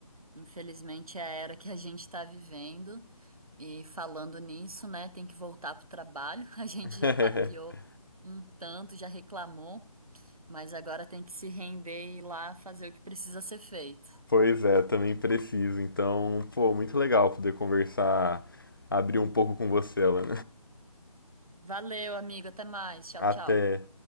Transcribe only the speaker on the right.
Infelizmente é a era que a gente está vivendo e falando nisso, né, tem que voltar pro trabalho. <laughs> A gente
já papeou um tanto, já reclamou Mas agora tem que se render e ir lá fazer o que precisa ser feito.
Valeu, amigo. Até mais.
Tchau,
tchau.